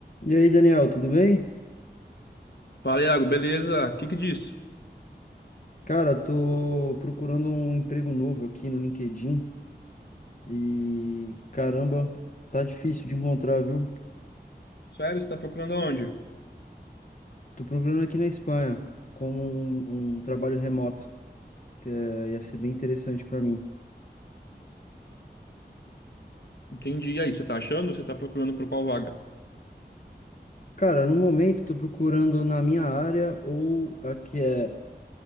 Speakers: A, on the left; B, on the left.
A: E aí, Daniel, tudo bem?
B: Fala, Iago, beleza? O que que diz?
A: Cara, tô procurando um emprego novo aqui no LinkedIn e caramba, tá difícil de encontrar, viu?
B: Sério, você tá procurando aonde?
A: Tô procurando aqui na Espanha como um, um trabalho remoto, que é, ia ser bem interessante pra mim.
B: Entendi. E aí, você tá achando? Você tá procurando por qual vaga?
A: Cara, no momento tô procurando na minha área ou a que é